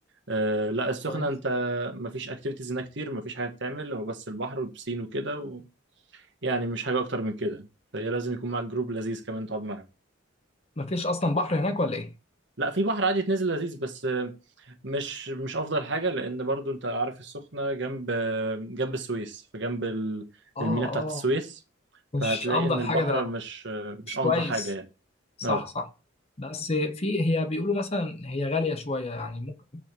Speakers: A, on the right; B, on the left.
A: آه، لا السخنه
B: كويس
A: انت مفيش اكتيفيتيز هناك كتير مفيش حاجه تعمل هو بس البحر والبسين وكده و... يعني مش حاجه اكتر من كده فهي لازم يكون معاك جروب لذيذ كمان تقعد معاه
B: ما فيش اصلا بحر هناك ولا ايه؟
A: لا في بحر عادي تنزل لذيذ بس مش مش افضل حاجه لان برضو انت عارف السخنه جنب جنب السويس فجنب ال-
B: اه
A: المينا بتاعت السويس
B: مش
A: فهتلاقي
B: افضل
A: ان
B: حاجه
A: البحر
B: ده
A: مش مش
B: مش
A: انقى
B: كويس
A: حاجه يعني
B: صح
A: اه
B: صح بس في هي بيقولوا مثلا هي غاليه شويه يعني ممكن